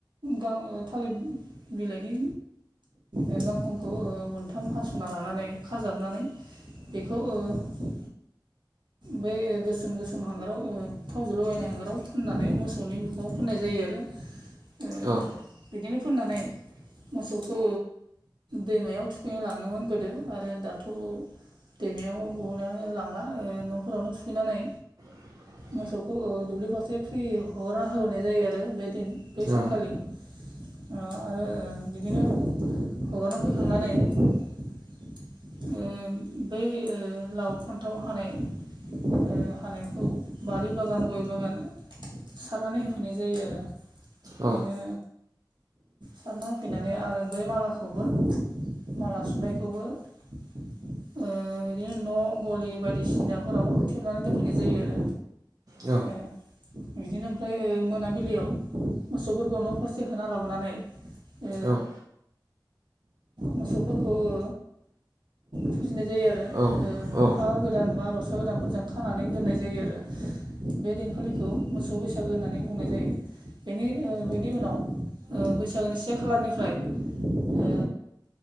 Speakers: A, on the right (about 75°); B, on the right (about 50°).
A: गा थालिर बिलाइनि ओ गांखंखौ ओ मोनथाम हास'ना लानानै खाजाबनानै। बेखौ ओ। बे गोसोम गोसोम हांगाराव ओ थावजों लगायनाय हांगाराव फोननानै मोसौनि बेखुं फोननाय जायो आरो। ओ
B: औ।
A: बिदिनो फोननानै। मोसौखौ दैमायाव थुखैनो लाङोमोन गोदो आरो दाथ'। दैमायाव बहुदआनो लांला ओ न'फोरावनो थुखैनानै।
B: <inaudible>
A: मोसौखौ ओ दुब्लि फारसे फ्रि हगारना होबोनाय जायो आरो बे दिन बै सानखालि।
B: औ
A: ओ आरो बिदिनो हगारना फैखांनानै। ओ बै ओ लाव फान्थाव हानाय। ओ हानायखौ बारि बागान गय बागान। सारनानै होफैनाय जायो आरो बिदिनो।
B: औ
A: सारना होफैनानै आरो बै मालाखौबो। माला सुनायखौबो ओ बिदिनो न' गलि बायदिसिना। न'फोराव थेबनानै दोनफैनाय जायो आरो।
B: औ।
A: ओ बिदिनो ओमफ्राय ओ मोनाबिलियाव मोसौफोरखौ न' फरसे होना लाबोनानै। ओ
B: औ।
A: मोसौफोरखौ ओ फुजिनाय जायो आरो।
B: औ
A: ओ हा गोदान बा रसा गोदानफोरजों खानानै दोननाय जायो आरो बे दिन। खालिखौ मोसौ बैसागो होननानै बुंनाय जायो बेनि ओ बेनि उनाव। ओ बैसागोनि से खालारनिफ्राय। ओ।